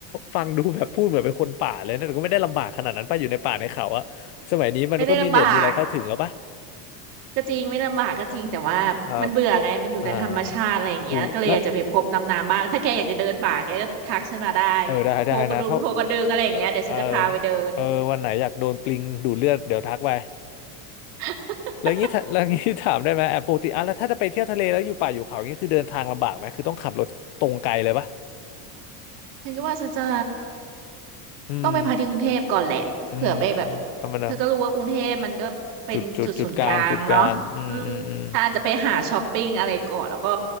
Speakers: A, on the left (about 50°); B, on the right (about 90°).
A: ฟังดูแบบพูดเหมือนเป็นคนป่าเลยนะแต่ก็ไม่ได้ลำบากขนาดนั้นป่ะอยู่ในป่าในเขาอะสมัยนี้มันก็มีเน็ตมีอะไรเข้าถึงแล้วป่ะ
B: ไม่ได้ลำบาก ก็จริงไม่ลำบากก็จริงแต่ว่ามันเบื่อไงมันอยู่แต่ธรรมชาติอะไรอย่างเงี้ยก็เลยอยากจะไปพบน้ำน้ำบ้างถ้าแกอยากจะเดินป่าแกก็ทักฉันมาได้
A: ครับ อ่าหูกแล้วเออได้ได้นะถ้า
B: โพกระดึงโพกระดึงอะไรอย่างเงี้ยเดี๋ยวฉันจะพาไปเดิน
A: เออเออเออวันไหนอยากโดนปลิงดูดเลือดเดี๋ยวทักไป <laughs>
B: <laughs>
A: แล้วงี้ถ้าแล้วงี้ถามได้ไหมแอบปกติอ่ะแล้วถ้าจะไปเที่ยวทะเลแล้วอยู่ป่าอยู่เขาอย่างงี้คือเดินทางลำบากไหมคือต้องขับรถตรงไกลเลยปะ
B: ฉันก็ว่าฉันจะ
A: อืม
B: ต้องไปพักที่กรุงเทพก่อนแหละเผื่อไปแบบ
A: อืมธรรมดา
B: เธอก็รู้ว่ากรุงเทพมันก็เป็นจุดศูนย์กลางเนาะอืมถ้าอาจจะไปหาช้อปปิ้งอะไรก่อนแล้วก็
A: จุดจุดจุดกลางจุดกลางอืมอืมอืม